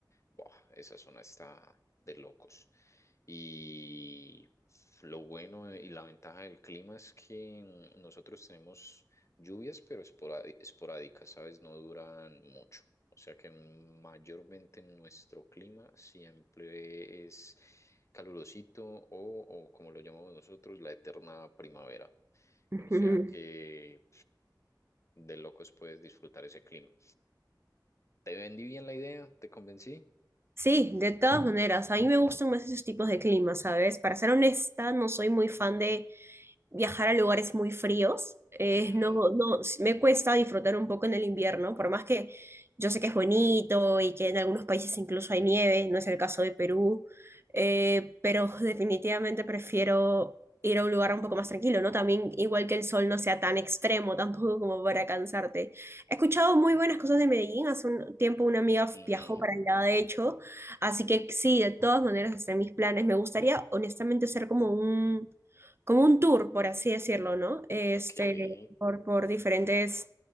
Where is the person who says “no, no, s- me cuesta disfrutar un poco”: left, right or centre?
Right